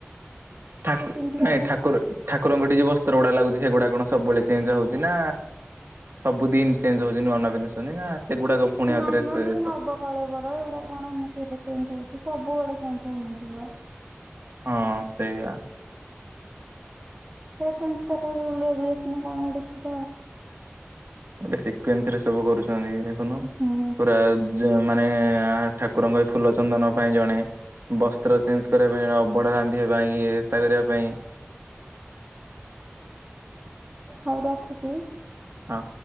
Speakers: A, on the right; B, on the right.
A: ଠାକୁ
B: ପିନ୍ଧିବା
A: ନାଇଁ
B: ପାଇଁ।
A: ଠାକୁର ଠାକୁରଙ୍କଠି ଯୋଉ ବସ୍ତ୍ର ଗୁଡା ଲାଗୁଛି ସେଗୁଡା କଣ ସବୁବେଳେ ଚେଞ୍ଜ ହଉଛି ନା ସବୁ ଦିନ୍ ଚେଞ୍ଜ ହଉଛି ନୂଆ ନୂଆ ପିନ୍ଧୁଛନ୍ତି ନା। ସେଗୁଡାକ ପୁଣି ଆଉଥରେ
B: ନାଇଁ ମ
A: ସେ
B: ଯୋଉ ନବକଳେବର ଏଗୁଡା କଣ ଏମିତି ହେଲେ ଚେଞ୍ଜ ହୋଉଛି। ସବୁବେଳେ ଚେଞ୍ଜ୍ ହୋଉନଥିବ।
A: ହଁ ସେୟା।
B: ସେ କେମିତି ତାର ରୁଲ୍ ରେଗୁଲେସନ୍ କଣ ଗୋଟେ ଥିବ ଆଉ।
A: ଗୋଟେ ସିକ୍ରେଂଶ୍ ରେ ସବୁ କରୁଛନ୍ତି ଦେଖୁନୁ
B: ହୁଁ
A: ପୁରା ଯ ମାନେ ଆ ଠାକୁରଙ୍କ ଏ ଫୁଲ ଚନ୍ଦନ ପାଇଁ ଜଣେ। ବସ୍ତ୍ର ଚେଞ୍ଜ କରିବା ପାଇଁ ଜଣେ ଅବଡ଼ା ରାନ୍ଧିବା ପାଇଁ ଇଏ ନାସ୍ତା କରିବା ପାଇଁ।
B: ହଉ ରଖୁଛି।
A: ହଁ।